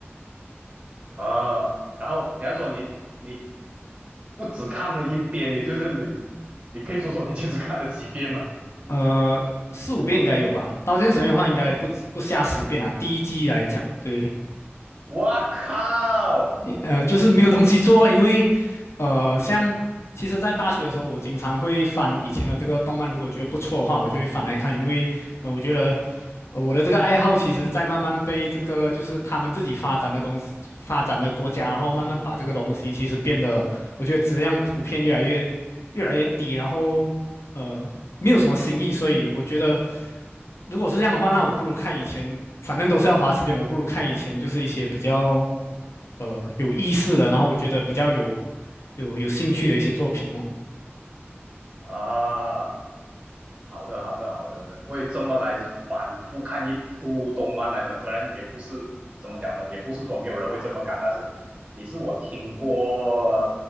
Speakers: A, on the right; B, on the left.
A: 啊。然后你还说你你不只看了一遍，你就是你，你可以说说你其实看了几遍了。
B: 呃，四五遍应该有吧，《刀剑神域》的话应该不不下十遍啊。第一季来讲，对，
A: 我靠
B: 呃，就是没有东西做，因为呃，像其实，在大学的时候，我经常会翻以前的这个动漫，如果觉得不错的话，我就会翻来看，因为呃，我觉得。呃我的这个爱好其实在慢慢被这个就是他们自己发展的东西、发展的国家，然后慢慢把这个东西其实变得，我觉得质量普遍越来越越来越低，然后呃没有什么新意，所以我觉得如果是这样的话，那我不如看以前，反正都是要花时间，我不如看以前就是一些比较呃有意思的，然后我觉得比较有有有兴趣的一些作品哦。
A: 啊！好的，好的，好的，会这么来反复看一部动漫来讲，虽然也不是怎么讲呢，也不是说没有人会这么干，但是你是我听过